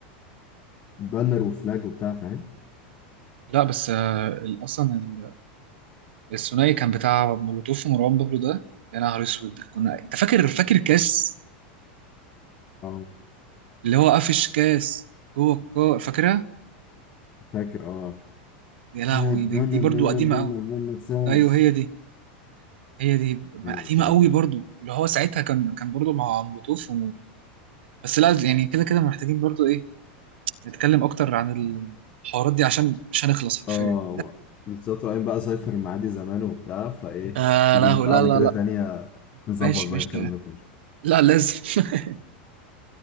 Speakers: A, on the left; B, on the right.
A: البانر وفلاج وبتاع فاهم
B: لا بس آه، ال- اصلا ال- الثنائي كان بتاع مولوتوف ومروان بابلو ده يا نهار اسود كنا انت فاكر فاكر كاس
A: اه
B: اللي هو قفش كاس جوه الكو فاكرها
A: فاكر اه
B: يا لهوي
A: I
B: دي,
A: don't
B: دي
A: know,
B: برضو
A: don't
B: قديمة
A: know, don't
B: قوي
A: know when it says.
B: ايوه هي دي هي دي
A: كده
B: قديمة
A: كده
B: قوي
A: كده
B: برضو اللي هو ساعتها كان كان برضو مع مولوتوف بس لا يعني كده كده محتاجين برضو ايه نتكلم اكتر عن الحوارات دي عشان مش هنخلص حرفيا
A: اه بالظبط وبعدين بقى اسافر معادي زمان وبتاع فايه
B: آه
A: تيجي
B: لا
A: لي
B: هو-
A: في
B: لا
A: قعده
B: لا
A: كده
B: لا
A: تانية نظبط
B: ماشي
A: بقى
B: ماشي
A: الكلام ده كله
B: لا لازم <laughs>